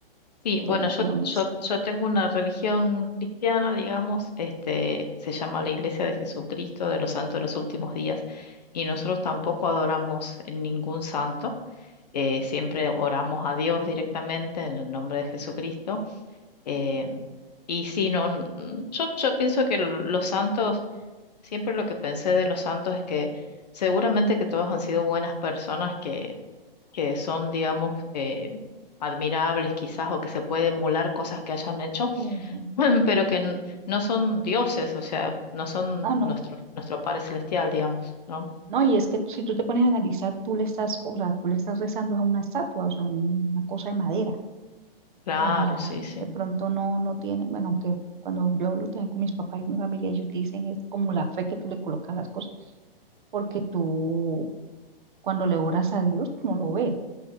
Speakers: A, on the left; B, on the right.
A: Sí,
B: qué
A: bueno,
B: religión
A: yo, yo,
B: es.
A: yo tengo una religión cristiana, digamos, este, se llama la Iglesia de Jesucristo de los Santos de los Últimos Días, y nosotros tampoco adoramos ningún santo, eh, siempre oramos a Dios directamente en el nombre de Jesucristo. eh, y sí, no, n- yo, yo pienso que los santos Siempre lo que pensé de los santos es que seguramente que todos han sido buenas personas que que son, digamos, eh, admirables quizás o que se puede emular cosas que hayan hecho,
B: Sí, sí.
A: <laughs> pero que n- no son dioses, o sea, no son
B: No, no.
A: nuestro, nuestro Padre Celestial, digamos, ¿no?
B: No, y es que si tú te pones a analizar, tú le estás, o sea, tú le estás rezando a una estatua, o sea, un- una cosa de madera.
A: Claro,
B: Bueno, o sea,
A: sí, sí.
B: de pronto no, no tiene, bueno, aunque cuando yo hablo también con mis papás y mi familia, ellos dicen es como la fe que tú le colocas a las cosas, porque tú cuando le oras a Dios, tú no lo ves,